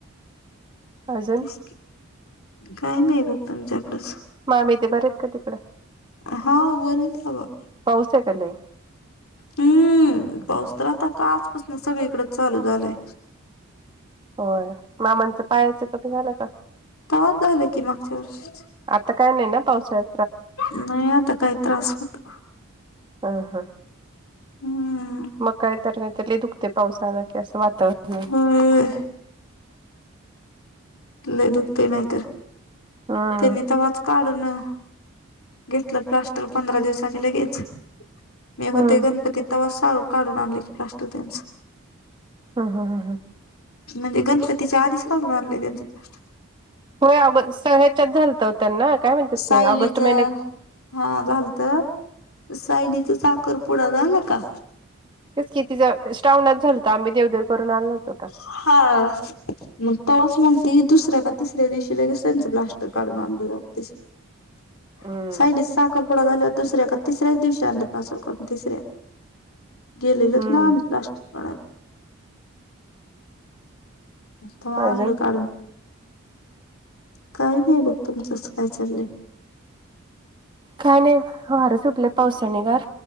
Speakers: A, on the right (about 20°); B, on the left (about 80°).
A: अजून
B: तस काय नाही बघ तुमच्याकडच.
A: मामी ते बरेच का तिकडं.
B: हा बरच ग.
A: पाऊसेकले.
B: हम्म पाऊस तर आता काजपासन सगळीकडच चालू झालाय.
A: होय मामांचं पायाच कमी झालं का.
B: त झालं की मागच्यावर.
A: आता काय नाही ना पावसाात
B: नाही आता काही त्रास होतो.
A: हा हा
B: हम्म
A: मग काय तर नाहीतले दुखते पावसाला असं वातावरण
B: होय ल दुखत नाहीत
A: हम्म
B: त्यांनी तर वाच काढून घेतलं प्लास्टर पंधरा दिवसाांनी लगेच. मी
A: हम्म
B: होते गणपती तवास काढून आणले प्रास्ुतींच.
A: ह हा ह हा.
B: म्हणजे गणपतीच्या आधीच काास बधलेय त्यांचं फस्ट
A: होय ऑगस् ह्याच्यात झालत त्यांना काय म्हणतात
B: सायलीच
A: ते ऑगस्ट महिन्यात.
B: हा घालतं, सायलीचा साखरपुडा झाला का?
A: तेच कि तीज श्रावणात झालता आम्ही देवदेव करून आलो नव्हतो का.
B: हा. मग तवास मग ती दुसऱ्या का तिसऱ्या दिवशी लगेच त्यांचं प्लास्टर काढून आणलं तशी. <inaudible>
A: हम्म
B: सायलीस साखर पुुडा झाल्यावर दुसऱ्या का तिसऱ्याच दिवशी आलं पासल काडून तिसऱ्या. गेलेलत
A: हम्म
B: ना आम प्लास काढाय. तवा आणलं
A: अजून
B: काढून. काय नाही बघ तुमचंच काय चाललंय.
A: काय नाही वारं सुटलं पावसाने गार